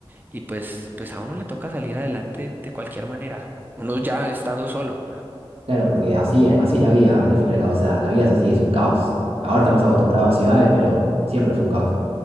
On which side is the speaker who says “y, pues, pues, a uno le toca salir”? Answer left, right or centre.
Right